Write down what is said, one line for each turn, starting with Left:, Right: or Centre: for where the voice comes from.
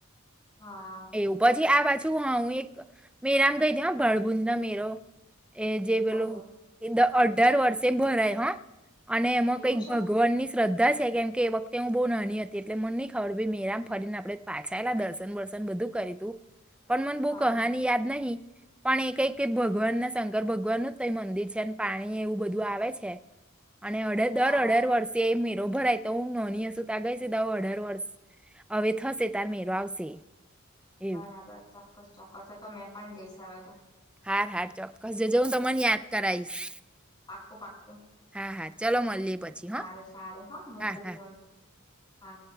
Left: હા.
Centre: એવું પછી આ વાત ું હા હું એક મેરામ ગઈ હતી ભળભુંજ ના મેરો એ જે પેલોું
Left: ઓહો
Centre: અઢાર વર્ષે ભરાય હા અને એમાં
Left: એવું
Centre: કઈક
Left: છે
Centre: ભગવાન ની. શ્રદ્ધા છે કેમ કે એ વખતે હું બહુ નાની હતી એટલે મને નહીં ખબર ભાઈ મેરામ ફરીને આપણે પાછાયએલા દર્શન બશ બધું કરી તું પણ મને બો
Left: હા
Centre: કહાની યાદ નહી પણ એ કઈક ભગવાન ના શંકર ભગવાનુ જ કઈ મંદિર છે અને પાણી એવું બધું આવે છે. અને અઢ
Left: હા
Centre: દર અઢાર વર્ષે એ મેરો ભરાય તો હુ નોની હસું તા ગઈ સીધ અઢાર વર્ષ. હવે થશે તાર મેરો આવશે. એવું
Left: બરાબર ચોક્કસ ચોક્કસ એ તો મેં પણ જઈસ હવે તો.
Centre: હા હા ચોક્કસ જજો હું તમન યાદ કરાઈશ.
Left: પાકું પાકું
Centre: હા હા ચલો મળીએ પછી
Left: સારું
Centre: હા
Left: સારું હ મુકું
Centre: હા હા
Left: ફોન. હા.